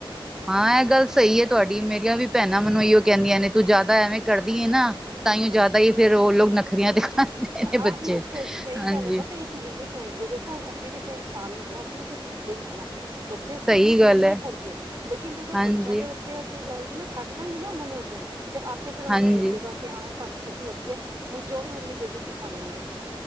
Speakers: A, in the centre; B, on the right.
A: ਹਾਂ ਇਹ ਗੱਲ ਸਹੀ ਹੈ ਤੁਹਾਡੀ ਮੇਰੀਆਂ ਵੀ ਭੈਣਾਂ ਮੈਨੂੰ ਇਹੀ ਕਹਿੰਦੀਆਂ ਨੇ ਤੂੰ ਜ਼ਿਆਦਾ ਐਵੇਂ ਕਰਦੀ ਹੈ ਨਾ। ਤਾਂ,
B: ਹਾਂ।
A: ਈ, ਓ ਜ਼ਾਦਾ ਈ ਫੇਰ ਉਹ ਲੋਗ ਨਖਰੀਆਂ ਦਿਖਾਂਦੇ
B: ਹਾਂ
A: ਨੇ ਬੱਚੇ
B: ਨਹੀਂ ਸਹੀ ਸਹੀ
A: ਹਾਂਜੀ।
B: ਗੱਲ ਹੈ ਪਤਾ ਇੱਕ ਲਿਮਿਟ ਹੁੰਦੀ ਹੈ ਦੇਖੋ ਅਸੀਂ ਵੀ ਤੇ ਇਨਸਾਨ ਹੀ ਹਾ ਨਾ ਅਸੀਂ ਵੀ ਤੇ ਥੱਕਦੇ ਹੀ ਹਾ ਨਾ। ਬੱਚੇ ਇਸ ਚੀਜ਼
A: ਸਹੀ
B: ਨੂੰ ਫੀਲ
A: ਗੱਲ
B: ਨਹੀਂ
A: ਹੈ
B: ਕਰਦੇ ਲੇਕਿਨ ਜਦੋਂ
A: ਹਾਂਜੀ
B: ਬੱਚਿਆਂ ਦੇ ਉੱਤੇ ਤੇ ਏਹ ਚੀਜ਼ ਆਏਗੀ ਨਾ, ਛੱਡ ਦਾਂਗੀ ਨਾ ਓਹਨਾ ਨੂੰ ਏਦਾਂ ਹੀ, ਤੇ ਆਪੇ ਫਿਰ ਓਹਨਾਂ
A: ਹਾਂਜੀ
B: ਨੂੰ ਲੱਗੇਗਾ ਕਿ ਹਾਂ ਹੁਣ ਸਾਨੂੰ ਭੁੱਖ ਲੱਗੀ ਹੈ ਹੁਣ ਜੋ ਵੀ ਮੰਮੀ ਦੇ ਗਈ ਸੀ ਖਾ ਲੈਦੇ ਆ।